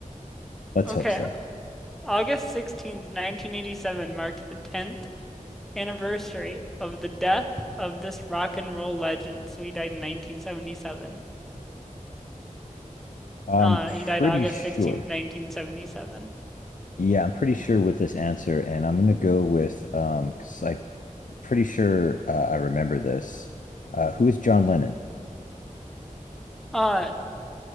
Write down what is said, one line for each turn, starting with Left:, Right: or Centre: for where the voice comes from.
Left: let's
Centre: Okay,
Left: hope so.
Centre: August 16th, 1987 marked the 10th anniversary of the death of this rock and roll legend. So he died in 1977.
Left: I'm
Centre: Uh,
Left: pretty
Centre: he died August
Left: sure.
Centre: 16th, 1977.
Left: Yeah, I'm pretty sure with this answer, and I'm gonna go with um because I'm pretty sure uh, I remember this. Uh, who is John Lennon?
Centre: Uh,